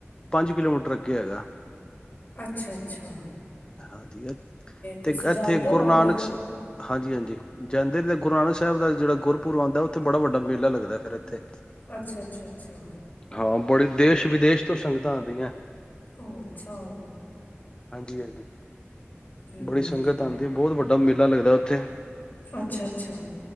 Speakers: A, on the left; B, on the left.
A: ਪੰਜ ਕਿਲੋਮੀਟਰ ਅੱਗੇ ਹੈਗਾ
B: ਅੱਛਾ ਅੱਛਾ
A: ਹਾਂਜੀ
B: ਤੁਸੀਂ
A: ਤੇ
B: ਜਾਣਦੇ
A: ਇੱਥੇ
B: ਹੋਵੋਗੇ
A: ਗੁਰੂ ਨਾਨਕ ਹਾਂਜੀ ਹਾਂਜੀ ਜਾਂਦੇੀ ਗੁਰ ਨਾਨਕ ਸਾਹਿਬ ਦਾ ਜਿਹੜਾ ਗੁਰਪੁਰ ਆਉਂਦਾ ਉੱਥੇ ਬੜਾ ਵੱਡਾ ਮੇਲਾ ਲੱਗਦਾ ਫਿਰ ਇੱਥੇ
B: ਅੱਛਾ ਅੱਛਾ ਅੱਛਾ
A: ਹਾਂ ਬੜੀ ਦੇਸ਼ ਵਿਦੇਸ਼ ਤੋਂ ਸੰਗਤਾਂ ਆਉਂਦੀਆਂ
B: ਅੱਛਾ
A: ਹਾਂਜੀ ਹਾਂਜੀ
B: ਹਮ
A: ਬੜੀ ਸੰਗਤ ਆਉਂਦੀ ਬਹੁਤ ਵੱਡਾ ਮਿਲ ਲਾ ਲੱਗਦਾ ਉੱਥੇ
B: ਅੱਛਾ ਅੱਛਾ